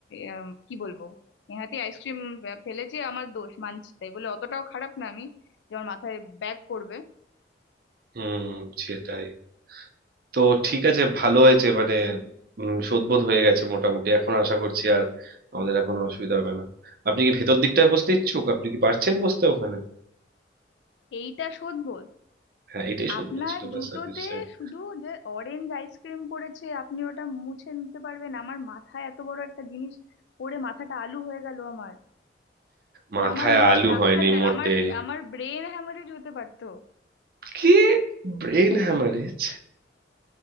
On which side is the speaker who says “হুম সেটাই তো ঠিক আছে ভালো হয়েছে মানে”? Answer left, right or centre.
Right